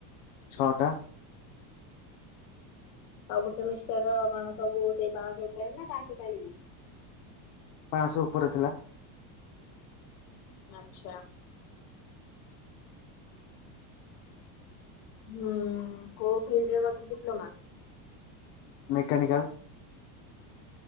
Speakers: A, on the left; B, on the left.
A: ଛଅଟା
B: ସବୁ ସେ ମିଷ୍ଟର କଣ ସବୁ ସେଇ ପାଞ୍ଚଶ ନା ପାଞ୍ଚଶହ ପାଳି
A: ରେ ଥିଲା।
B: ଆ୍ଛା। ହୁଁ କୋଉ ଫିଲ୍ଡ ରେ କରଛି ଡିପ୍ଲୋମା
A: ମେକାନିକାଲ